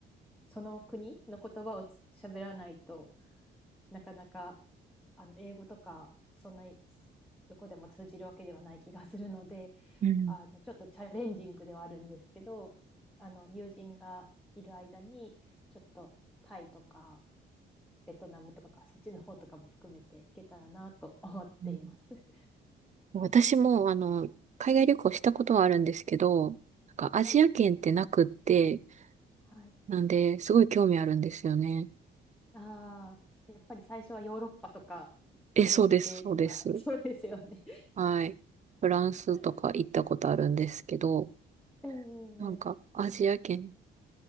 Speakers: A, in the centre; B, on the right.
A: その国の言葉をつ喋らないとなかなかあの英語とかそんなにどこでも通じるわけではない気がするので
B: うん
A: あのちょっとチャレンジングではあるんですけどあの友人がいる間にちょっとタイとかベトナムとかそっちの方とかも含めていけたらなと <laughs> 思っています。
B: うん
A: <laughs>
B: 私も、あの、海外旅行したことはあるんですけど、なんかアジア圏ってなくって、
A: はい、はい。
B: なんで、すごい興味あるんですよね。
A: ああ、やっぱり最初はヨーロッパとか北米とか、
B: え、そうです、そうです。
A: そうですよね。
B: はい。フランスとか行ったことあるんですけど、
A: <laughs> ええええええ
B: なんか、アジア圏。